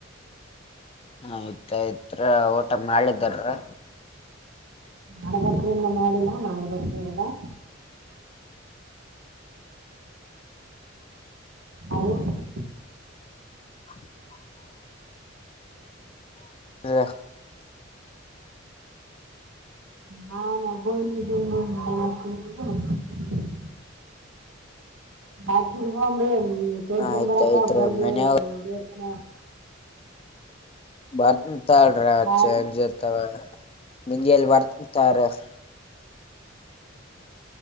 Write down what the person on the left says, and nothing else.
ಹ ಆಯ್ತ್ ಆಯ್ತಾ ರಿ ಊಟ ಮಾಡಿದರಿ
<inaudible> <inaudible>
ಆಯ್ತಾಯ್ತ್ರಿ
ಮನ್ಯಾಗ
ಬರ್ತನೀ ತಡೀರಿ
ಚೇಂಜ್ ಇರತವ ಮುಂಜಾಲೆ ತಗರಿ <unintelligible>